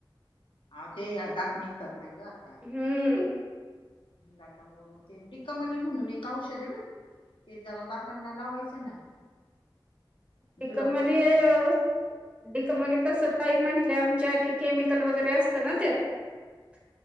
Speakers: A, on the left (about 80°); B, on the right (about 15°).
A: आ ते दात निघतात ना ग आता.
B: हम्म
A: दाता मुळ म ते डीकमली म्हणून एक औषध हे ब ते जरा दातांना लावायचं ना.
B: डीकमली
A: जुलाब करत नाही
B: अं
A: मग
B: डीकमली कसं त काही म्हंटले आमच्या कि केमिकल वगैरे असत ना त्यात